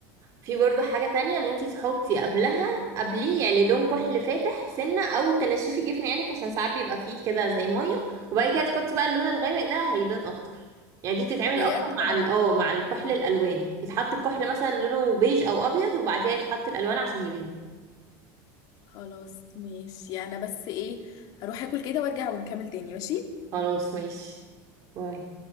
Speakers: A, on the right (about 40°); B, on the left (about 45°).
A: في برضو حاجة تانية ان انتي تحطي قبلها قبليه يعني لون كحل فاتح سنة او تنشفي جفن عينك عشان ساعات بيبقى فيه كده زي مية وبعد كده تحطي بقى اللون الغامق ده هيبان اكتر يعني دي بتتعمل
B: بجد
A: اكتر مع
B: انا
A: ال- اه مع الكحل الالوان
B: يعني
A: يتحط الكحل مثلا لونه بيج او ابيض وبعدها يتحط الالوان عشان يبان
B: خلاص ماشي انا بس ايه هروح اكل كده وارجع ونكمل تاني ماشي
A: خلاص ماشي باي